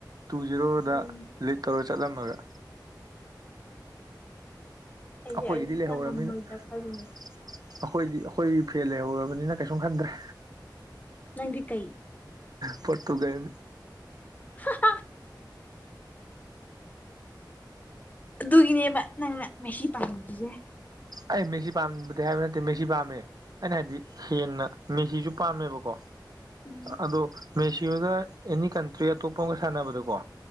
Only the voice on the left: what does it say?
ꯎꯝ
ꯑꯩꯗꯤ
ꯑꯥꯔꯖꯦꯟꯇꯤꯅꯥ
ꯉꯝꯃꯣꯏꯗ꯭ꯔꯥ ꯈꯜꯂꯤꯅꯦ
ꯅꯪꯗꯤ ꯀꯩ
ꯍꯥꯍꯥ ꯑꯗꯨꯒꯤꯅꯦꯕ ꯅꯪꯅ ꯃꯦꯁꯤ ꯄꯥꯝꯗꯤꯖꯦ
ꯎꯝ